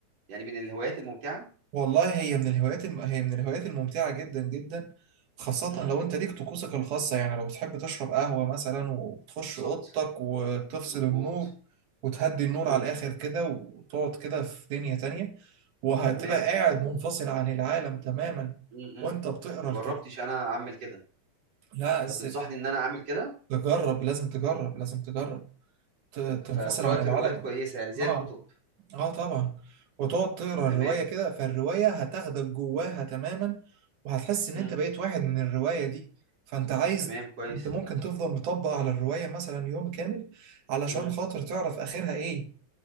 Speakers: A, on the right (about 55°); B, on the right (about 80°).
A: يعني من الهوايات الممتعه
B: والله هي من الهوايات الم... هي من الهوايات الممتعة جدا جدا خاصة
A: مم.
B: لو انت ليك طقوسك الخاصة يعني لو بتحب تشرب قهوة مثلا وتخش
A: بالظبط
B: اوضتك وتفصل
A: مظبوط
B: النور وتهدي النور
A: مظبوط
B: على الاخر كده وتقعد كده في دنيا تانية وهتبقى
A: تمام
B: قاعد منفصل عن العالم تماما
A: امم
B: وانت بتقرا
A: ما
B: الكتاب
A: جربتش انا اعمل كده
B: لا
A: فتنصحني
B: إز-
A: ان انا اعمل كده
B: تجرب لازم تجرب لازم تجرب ت- تنفصل
A: فقراءه
B: عن العالم
A: الروايات كويسه يعني زي
B: اه
A: الكتب
B: اه طبعا وتقعد تقرا
A: تمام
B: الرواية كده فالرواية هتاخدك جواها
A: مم.
B: تماما وهتحس ان
A: مم.
B: انت بقيت واحد من الرواية دي فانت عايز
A: تمام كويس
B: انت ممكن تفضل مطبق على الرواية مثلا يوم كامل علشان
A: مم.
B: خاطر تعرف اخرها ايه